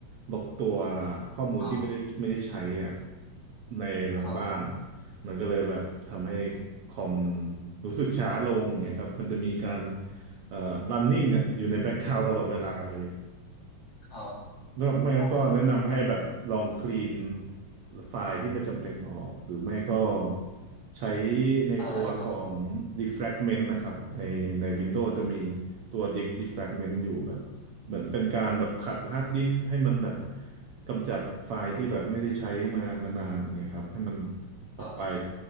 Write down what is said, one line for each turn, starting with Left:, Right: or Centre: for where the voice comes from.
Right: ลบตัวข้อมูลที่ไม่ได้ไม่ได้ใช้อ่ะ
Left: ครับ
Right: ในหลังบ้าน
Left: ครับ
Right: มันก็เลยแบบทำให้คอมมันรู้สึกช้าลงอย่างเงี้ยครับมันจะมีการเอ่อ running อ่ะอยู่ในแบ็ k กราว n d ตลอดเวลาเลย
Left: ครับ
Right: ก็ไม่งั้นก็แนะนำให้แบบลองคลีน
Left: อ๋อ
Right: ไฟล์ที่ไม่จำเป็นออกหรือไม่ก็ใช้ในตัวของ
Left: ใช่ครับ
Right: defragment นะครับในใน Windows จะมีตัว disk defragment อยู่แบบเหมือนเป็นการแบบขัดฮาร์ดดิสก์ให้มันแบบกำจัดไฟล์ที่แบบไม่ได้ใช้มามานานอย่างเงี้ยครับให้มัน
Left: ครับ
Right: ออกไป